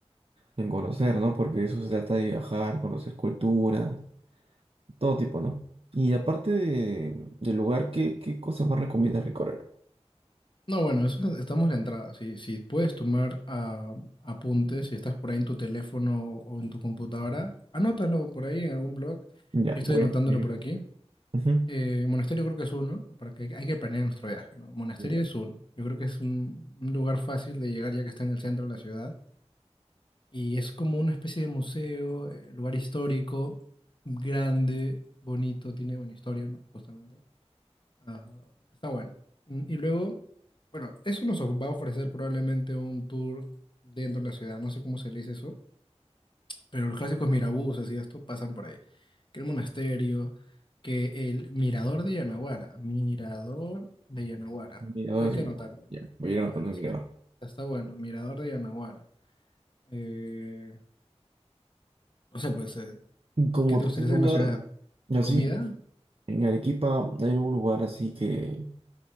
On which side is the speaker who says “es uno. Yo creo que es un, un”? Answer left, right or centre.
Left